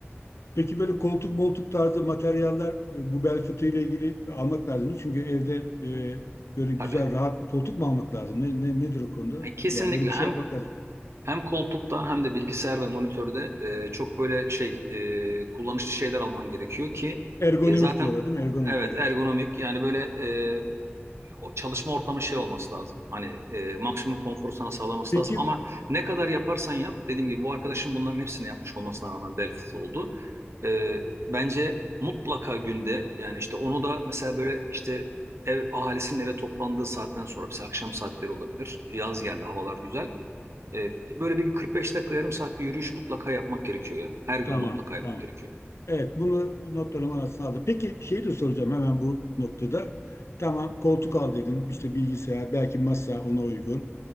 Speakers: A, on the left; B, on the right.
A: Peki böyle koltuk moltuk tarzı materyaller e, bu bel fıtığı ile ilgili almak lazım mı? Çünkü evde e, böyle
B: Tabii.
A: güzel rahat bir koltuk mu almak lazım? Ne, ne, nedir o konuda?
B: Yani kesinlikle
A: Yani öyle bir
B: hem
A: şey yapmak lazım.
B: hem koltukta hem de bilgisayar ve monitörde e, çok böyle şey e, kullanışlı şeyler alman gerekiyor ki
A: Ergonomik
B: e, zaten
A: diyorlar değil mi? Ergonomik
B: evet
A: evet.
B: ergonomik yani böyle e, o çalışma ortamı şey olması lazım. Hani e, maksimum konforu sana sağlaması
A: Peki
B: lazım ama ne kadar yaparsan yap dediğim gibi bu arkadaşım bunların hepsini yapmış olmasına rağmen bel fıtığı oldu. E, bence mutlaka günde yani işte onu da mesela böyle işte ev ahalisinin eve toplandığı saatten sonra mesela akşam saatleri olabilir. Yaz geldi havalar güzel. E, böyle bir 45 dakika yarım saat bir yürüyüş mutlaka yapmak gerekiyor ya. Her gün
A: tamam
B: mutlaka yapmak
A: tamam.
B: gerekiyor.
A: Evet, bunu notlarım arasına aldım. Peki şeyi de soracağım hemen bu noktada. Tamam koltuk al dedin, işte bilgisayar, belki masa ona uygun.